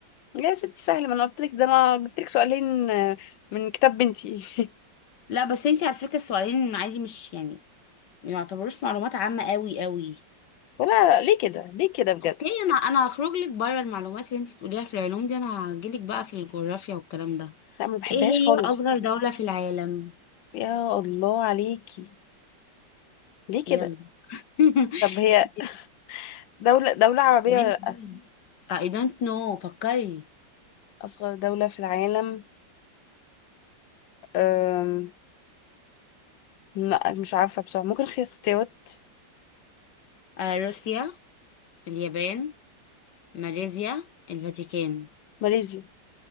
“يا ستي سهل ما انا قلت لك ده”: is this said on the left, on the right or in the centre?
Left